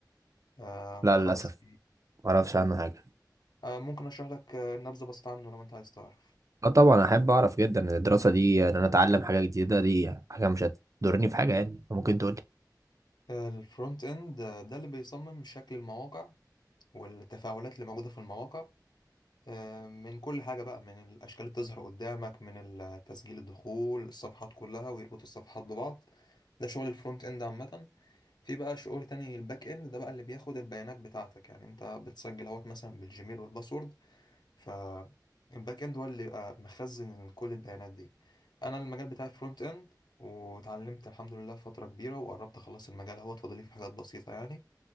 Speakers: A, on the left; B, on the right.
A: آه مخلص
B: لا للأسف معرفش عنه حاجة
A: آه، ممكن اشرح لك آه، نبذه بسيطه عنه لو انت عايز تعرف
B: اه طبعا احب اعرف جدا ان الدراسة دي ان انا اتعلم حاجة جديدة دي حاجة مش هتضرني في حاجة يعني ممكن تقولي
A: الفرونت اند آه، ده اللي بيصمم شكل المواقع والتفاعلات اللي موجوده في المواقع آه، من كل حاجه بقى من الاشكال اللي بتظهر قدامك من ال- تسجيل الدخول الصفحات كلها ويربط الصفحات ببعض ده شغل الفرونت اند عامه في بقى شغل تاني الباك اند ده بقى اللي بياخد البيانات بتاعتك يعني انت بتسجل اهوت مثلا بالجيميل والباسورد فالباك اند هو اللي بيبقى مخزن كل البيانات دي انا المجال بتاعي فرونت اند وتعلمت الحمد لله فترة كبيرة وقربت اخلص المجال هو فاضل لي في حاجات بسيطة يعني